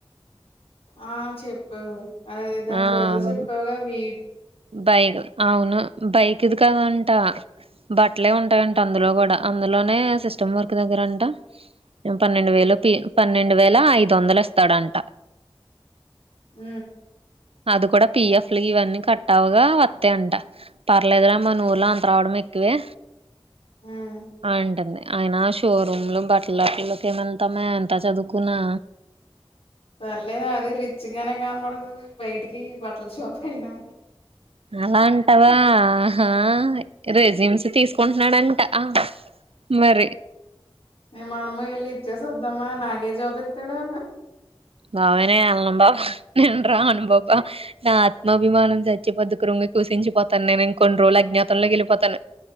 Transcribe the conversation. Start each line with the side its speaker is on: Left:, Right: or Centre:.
Left: ఆ చెప్పావు అదే దాని
Right: ఆ
Left: పేరు చెప్పావుగా వీ
Right: బైక్ అవును బైక్ది కదంట బట్లే ఉంటాయంట అందులో కూడా అందులోనే సిస్టమ్ వర్క్ దగ్గరంట పన్నెండు వేలు పి పన్నెండు వేల ఐదొందలిస్తాడంట
Left: మ్
Right: అది కూడా పిఎఫ్లు ఇవన్నీ కట్టవగా వత్తయంట పర్లేదురా మనూర్లో అంత రావడమే క్కువే
Left: ఉమ్
Right: అంటంది అయినా షోరూమ్ లో బట్లవటికి ఎం వెళ్తామే అంత చదువుకున్నా
Left: పర్లేదు అది రిచ్ గానే కానపడుతది బయటికి బట్టల షాప్ అయినా
Right: అలా అంటావా ఆహా రేజిమ్స్ తీసుకుంటున్నాడంట ఆ మరి
Left: ఏ మనము వెళ్ళి ఇచ్చేసి వద్దామా నాగే జాబ్ ఇస్తాడు
Right: బాబోయ్ నేను ఎళ్ళను బాబా నేను రాను బాబా నా ఆత్మాభిమానం చచ్చి పోద్ధి క్రుంగి కుసించిపోతాను నేను ఇంకొన్ని రోజులు అజ్ఞాతంలోకిళ్ళిపోతాను